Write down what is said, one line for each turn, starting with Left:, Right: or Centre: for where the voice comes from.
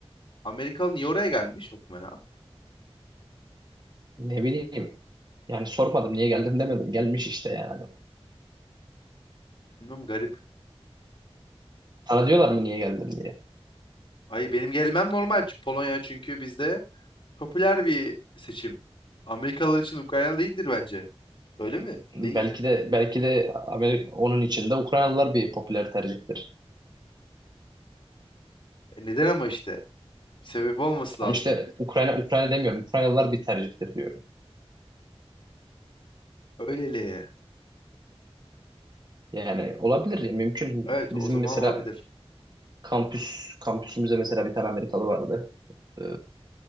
Left: Amerikalı niye oraya gelmiş okumaya?
Right: Ne bileyim. Yani sormadım niye geldim demedim. Gelmiş işte yani.
Left: Bilmiyorum garip.
Right: Sana diyorlar mı niye geldin diye.
Left: Ay benim gelmem normal çünkü Polonya çünkü bizde popüler bir seçim. Amerikalılar için Ukrayna değildir bence. Öyle mi?
Right: Belki
Left: Değil.
Right: de belki de Amerika, onun içinde Ukraynalılar bir popüler tercihtir.
Left: E neden ama işte? Bir sebep olması
Right: Tam
Left: lazım.
Right: işte Ukrayna Ukrayna demiyorum. Ukraynalılar bir tercihtir diyorum.
Left: Öyleli.
Right: Yani olabilir ya mümkün.
Left: Evet
Right: Bizim
Left: o zaman
Right: mesela
Left: olabilir.
Right: kampüs kampüsümüzde mesela bir tane Amerikalı vardı. Ee,